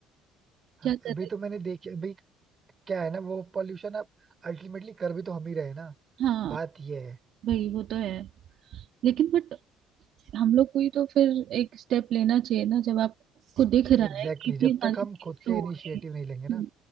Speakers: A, on the right; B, on the right.
A: क्या
B: हाँ,
A: कर
B: अभी
A: रही
B: तो मैंने देखी अभी क्या है ना वो पॉल्यूशन अब अल्टीमेटली कर भी तो हम ही रहे हैं ना
A: हाँ
B: बात ये है
A: भाई वो तो है लेकिन बट हम लोग को ही तो फिर एक स्टेप लेना चाहिए ना जब आपको दिख रहा
B: Exactly
A: है कि इतनी
B: exactly. जब
A: सारी
B: तक हम
A: चीजें
B: खुद से
A: हो
B: इनिशिएटिव
A: रही हैं
B: नहीं लेंगे ना
A: हम्म